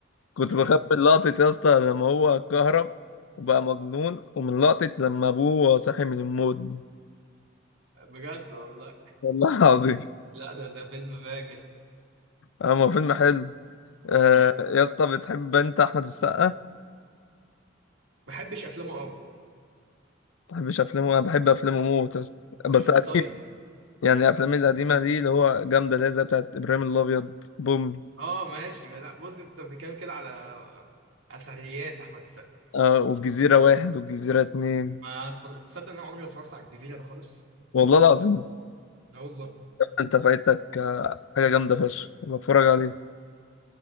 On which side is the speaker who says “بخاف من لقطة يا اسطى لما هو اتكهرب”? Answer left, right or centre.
Left